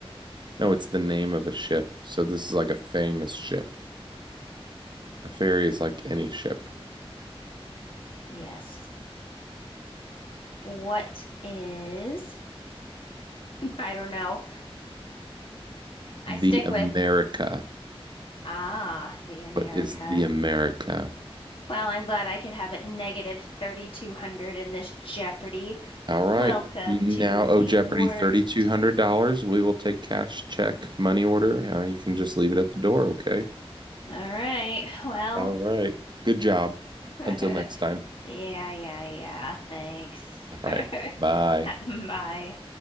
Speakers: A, on the right (about 45°); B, on the left (about 60°).
A: No, it's the name of a ship. So this is like a famous ship. A ferry is like any ship.
B: Yes. What is? <laughs> I don't know. I
A: The
B: stick
A: America.
B: with ah, the America.
A: What is the America?
B: Well, I'm glad I could have it negative 3,200 in this Jeopardy.
A: All right.
B: Welcome
A: You now
B: to
A: owe
B: the
A: Jeopardy
B: worst.
A: $3,200. We will take cash, check, money order. Uh, you can just leave it at the door, okay?
B: All right. Well,
A: All right. Good job.
B: <laughs>
A: Until next
B: yeah,
A: time.
B: yeah, yeah. Thanks.
A: All right.
B: <laughs>
A: Bye.
B: Bye.